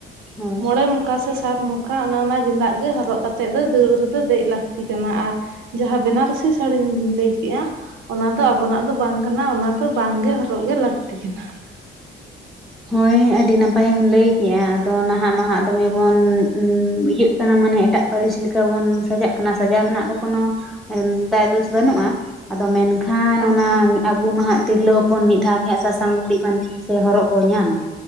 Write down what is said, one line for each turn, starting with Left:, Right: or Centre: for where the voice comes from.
Centre: ᱦᱳᱭ
Right: ᱢᱚᱬᱮ ᱢᱩ ᱠᱟ ᱥᱮ ᱥᱟᱛ ᱢᱚᱠᱟ, ᱚᱱᱮ ᱚᱱᱟ ᱜᱮᱫᱟᱜ ᱜᱮ ᱦᱚᱨᱚᱜ ᱠᱟᱛᱮᱫ ᱫᱚ ᱫᱟᱹᱣᱲᱟᱹ ᱨᱮᱫᱚ ᱫᱮᱡ ᱞᱟᱹᱠᱛᱤ ᱠᱟᱱᱟ᱾ ᱟᱨ ᱡᱟᱦᱟᱸ ᱵᱮᱱᱟᱨᱥᱤ ᱥᱟᱨᱤᱢ ᱞᱟᱹᱭ ᱠᱮᱼᱟ᱾ ᱚᱱᱟ ᱫᱚ ᱟᱵᱚᱱᱟᱜ ᱫᱚ ᱵᱟᱝ ᱠᱟᱱᱟ, ᱚᱱᱟ ᱫᱚ ᱵᱟᱝᱜᱮ ᱦᱚᱨᱚᱜ ᱜᱮ ᱞᱟᱹᱠᱛᱤ ᱠᱟᱱᱟ ᱾ <inaudible>
Centre: ᱦᱳᱭ ᱟᱹᱰᱤ ᱱᱟᱯᱟᱭᱮᱢ ᱞᱟᱹᱭᱠᱮᱜᱼᱟ, ᱟᱫᱚ ᱱᱟᱦᱟᱜ ᱢᱟᱦᱟᱸ ᱫᱚᱢᱮ ᱵᱚᱱ ᱤᱭᱟᱹᱜ ᱠᱟᱱᱟ ᱢᱟᱱᱮ ᱮᱴᱟᱜ ᱯᱟᱹᱨᱤᱥ ᱞᱮᱠᱟ ᱵᱚᱱ ᱥᱟᱡᱟᱜ ᱠᱟᱱᱟ ᱥᱟᱡᱟ ᱨᱮᱱᱟᱜ ᱫᱚ ᱠᱳᱱᱳ ᱫᱟᱭ ᱫᱳᱥ ᱵᱟᱹᱱᱩᱜᱼᱟ ᱾ ᱟᱫᱚ ᱢᱮᱱᱠᱷᱟᱱ
Right: ᱦᱳᱭ
Centre: ᱚᱱᱟ
Right: ᱦᱳᱭ
Centre: ᱟᱵᱩ ᱢᱟᱦᱟ ᱛᱤᱨᱞᱟᱹ ᱦᱚᱯᱚᱱ ᱢᱤᱫ ᱫᱷᱟᱣ ᱜᱮ ᱦᱟᱸᱜ ᱥᱟᱥᱟᱝ ᱞᱩᱜᱽᱲᱤᱡ ᱵᱟᱸᱫᱤ ᱥᱮ ᱦᱚᱨᱚᱜ ᱠᱚ ᱧᱟᱢᱟ